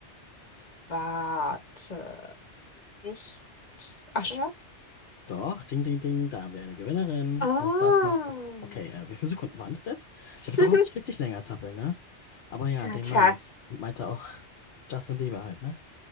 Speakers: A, on the left; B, on the left.
A: warte, nicht Ascha?
B: Doch, ding, ding, ding, da haben wir eine Gewinnerin.
A: Ah.
B: Und das nach, ok- okay, äh, wie viele Sekunden waren das jetzt? Ich habe
A: <laughs>
B: gehofft, ich krieg dich länger zappeln, ne? Aber ja,
A: Ja,
B: den
A: tja,
B: meine ich. Und meinte auch Justin Bieber halt, ne?